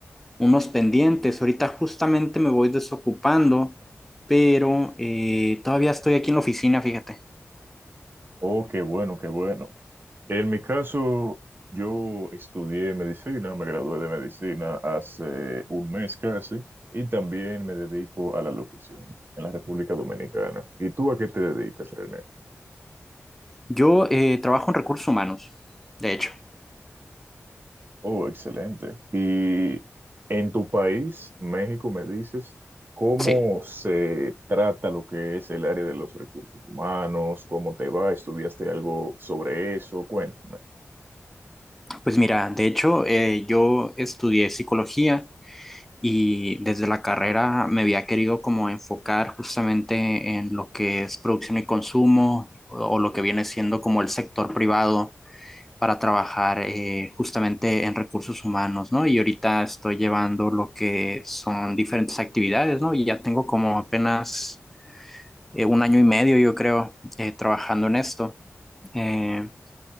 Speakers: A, in the centre; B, on the right.
A: unos pendientes, ahorita justamente me voy desocupando, pero eh, todavía estoy aquí en la oficina, fíjate.
B: Oh, qué bueno, qué bueno. En mi caso, yo estudié medicina, me gradué de medicina hace un mes casi, y también me dedico a la locución en la República Dominicana. ¿Y tú a qué te dedicas, René?
A: Yo eh, trabajo en recursos humanos, de hecho.
B: Oh, excelente. Y en tu país, México, me dices, ¿cómo
A: Sí,
B: se trata lo que es el área de los recursos humanos? ¿Cómo te va? ¿Estudiaste algo sobre eso? Cuéntame.
A: pues mira, de hecho eh, yo estudié psicología y desde la carrera me había querido como enfocar justamente en lo que es producción y consumo o, o lo que viene siendo como el sector privado para trabajar eh, justamente en recursos humanos, ¿no? Y ahorita estoy llevando lo que son diferentes actividades, ¿no? Y ya tengo como apenas eh, un año y medio, yo creo, eh, trabajando en esto. Eh,